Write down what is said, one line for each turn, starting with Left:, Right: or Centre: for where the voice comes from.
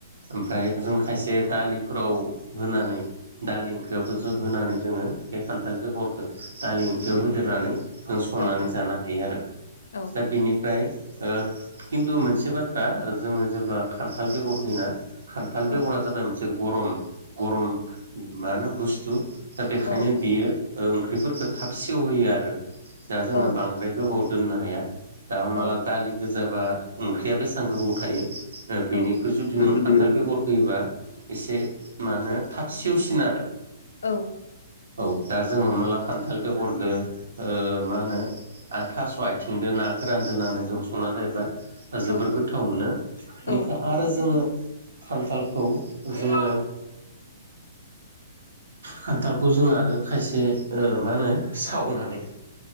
Right: ओमफ्राय जों खायसे दालि फोराव होनानै दालि ओंख्रि होनानै जोङो बे खान्थाल बेरखो दालि ओंख्रियाव होदेरनानै जों संनानै
Left: औ
Right: जानो हायो आरो
Left: औ
Right: दा बिनिफ्राय खिन्थु मोनसे बाथ्रा जोङो जेब्ला खान्थाल बेगर होयोन खान्थाल
Left: औ
Right: बेगरा जाबाय मोनसे गरम गरम मा होनो बुस्थु। दा बेखायनो
Left: औ
Right: बियो ओंख्रिफोरखौ थाब सेवहयो आरो दा जोङो
Left: औ
Right: बांद्राय गोबाव, दोननो हाया दा हमना
Left: औ
Right: ला दालि गोजाबा ओंख्रिया बेसेबां गोबाव थायो। बेनिख्रय
Left: औ
Right: जुदि
Left: बेखौ
Right: नों खान्थाल
Left: दिनै
Right: बेगर होयोबा एसे म होनो थाब सेवसिन आरो
Left: औ
Right: औ। दा जोङो हमानाला खान्थाल बेगरदो ओ मा होनो थास' आथिंदो ना गोरान दोनानै जों संना जाहोबा जोबोर
Left: औ
Right: गोथाव मोनो ।बेनिफ्राय
Left: औ
Right: आरो जोङो खान्थालखौ जोंङो खान्थालखौ जों आरो खायसे ओ मा होनो सावनानै